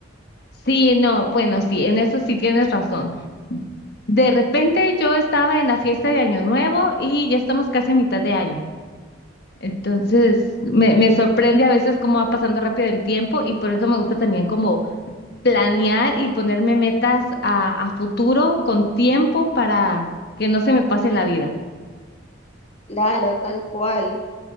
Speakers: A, on the left; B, on the left.
A: Sí, no, bueno, sí, en eso sí tienes razón. De repente yo estaba en la fiesta de Año Nuevo y ya estamos casi a mitad de año. Entonces, me, me sorprende a veces cómo va pasando rápido el tiempo y por eso me gusta también como planear y ponerme metas a, a futuro con tiempo para que no se me pase la vida.
B: Claro, tal cual.